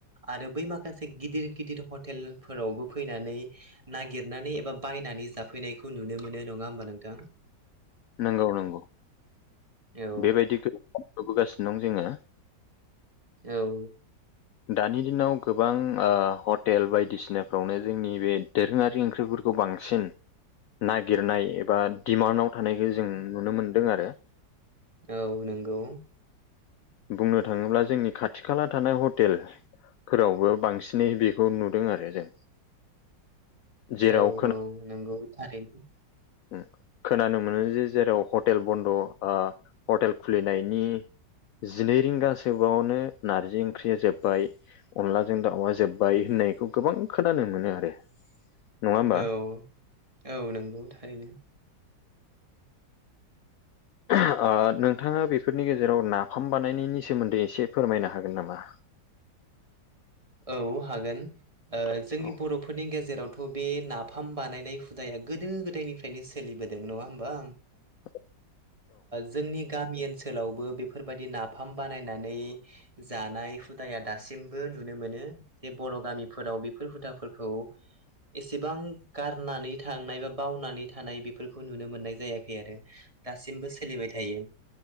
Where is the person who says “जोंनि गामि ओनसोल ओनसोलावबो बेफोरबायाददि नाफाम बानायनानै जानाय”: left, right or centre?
Right